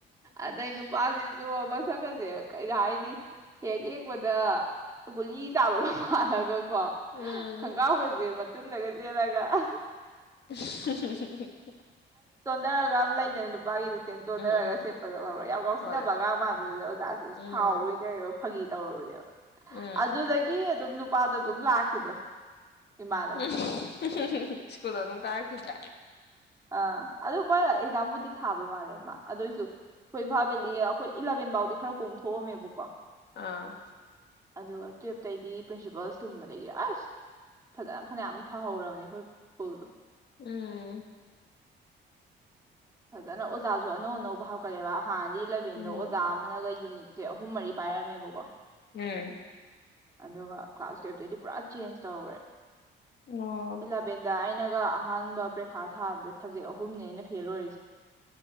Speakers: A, on the right (about 15°); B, on the left (about 60°).
A: ꯑꯗꯩ ꯅꯨꯄꯥꯥꯁꯤꯁꯨꯨꯑꯕ ꯁꯛꯀꯁꯦ ꯀꯩꯩ ꯍꯥꯏꯅꯤ ꯍꯦꯛ ꯌꯦꯡꯕꯗ ꯒꯨꯂꯤ ꯆꯥꯕꯒ ꯃꯥꯜꯂꯒ
B: ꯎꯝ
A: ꯈꯣꯡꯒꯥꯎꯒꯁꯦ ꯃꯇꯨꯟꯗꯒ ꯑꯗꯨꯅꯒ ꯑꯥ <unintelligible>
B: ꯎꯝ ꯍꯨ ꯍꯨ ꯍꯨ
A: ꯒꯥ ꯂ ꯂꯩꯒꯅꯦ <unintelligible> ꯅꯨꯄꯥꯒꯤ ꯂꯤꯆꯦꯟ ꯆꯣꯟꯊꯔꯒ
B: ꯎꯝ
A: ꯁꯦꯠꯄꯗꯣ ꯈꯪꯕꯥꯔ ꯌꯥꯝ ꯌꯥꯥꯎꯁꯤꯟꯅꯕ
B: ꯍꯣꯏ
A: ꯑꯉꯥꯡ ꯃꯥꯟꯕꯗ ꯑꯣꯖꯥꯁꯤꯗ
B: ꯎꯝ
A: ꯁꯥꯎꯕꯣꯏ ꯀꯩꯕꯣꯏ ꯐꯥꯒꯤ ꯇꯧꯨꯔꯕꯅꯦꯕ
B: ꯎꯝ
A: ꯑꯗꯨꯗꯒꯤ ꯑꯗꯨꯝ ꯅꯨꯞ ꯅꯨꯄꯥ ꯗꯣ ꯑꯗꯨꯝ ꯂꯥꯛꯈꯤꯗ꯭ꯔꯦ ꯏꯃꯥꯟꯅꯕꯗꯣ
B: ꯑꯍꯍꯍ ꯁ꯭ꯀꯨꯜ ꯑꯗꯨꯝ ꯀꯥꯔꯛꯈꯤꯗ꯭ꯔꯦ
A: ꯑꯥ ꯑꯗꯨ ꯀꯣꯅ ꯑꯦꯛꯖꯥꯝꯕꯨꯗꯤ ꯊꯥꯕ ꯃꯥꯜꯂꯦ ꯃꯥ ꯑꯗꯨꯑꯣꯏꯁꯨ ꯑꯩꯈꯣꯏ ꯏꯝꯐꯥꯜ ꯕꯦꯂꯤ ꯑꯩꯈꯣꯏ ꯏꯂꯚꯦꯟ ꯐꯥꯎꯗꯤ ꯈꯔ ꯀꯣꯝꯊꯣꯛꯑꯝꯃꯦꯕꯀꯣ ꯀꯣ
B: ꯑꯥ
A: ꯑꯗꯨꯒ ꯇꯨꯌꯦꯞꯇꯩꯗꯤ ꯄ꯭ꯔꯤꯟꯁꯤꯄꯥꯜ ꯁꯤꯟꯕꯗꯒꯤ ꯑꯁ ꯐꯖꯅ ꯐꯅꯌꯥꯝ ꯐꯍꯧꯔꯕꯅꯦ ꯑꯩꯈꯣꯏ ꯁ꯭ꯀꯨꯜꯗꯣ
B: ꯎꯝ
A: ꯐꯖꯅ ꯑꯣꯖꯥꯁꯨ ꯑꯅꯧ ꯑꯅꯧꯕ ꯍꯥꯞꯀꯠꯂꯦꯕ ꯍꯥꯟꯅꯗꯤ ꯑꯦꯂꯕꯦꯟꯗꯣ
B: ꯎꯝ
A: ꯑꯣꯖꯥ ꯑꯃꯅꯒ ꯌꯨꯅꯤꯠ ꯁꯦ ꯑꯍꯨꯝ ꯃꯔꯤ ꯄꯥꯏꯔꯝꯃꯦꯕꯀꯣ
B: ꯎꯝ
A: ꯑꯗꯨꯒ ꯀ꯭ꯂꯥꯁ ꯇꯨꯌꯦꯞꯇꯗꯤ ꯄꯨꯔꯥ ꯆꯦꯟꯖ ꯇꯧꯔꯦ
B: ꯑꯣ
A: ꯏꯂꯕꯦꯟꯗ ꯑꯩꯅ ꯒꯥ ꯑꯍꯥꯟꯕ ꯄꯔꯤꯈꯥ ꯊꯥꯕꯗ ꯁꯕꯖꯦꯛ ꯑꯍꯨꯝꯅꯦ ꯑꯩꯅ ꯐꯦꯜ ꯑꯣꯏꯔꯤꯁꯦ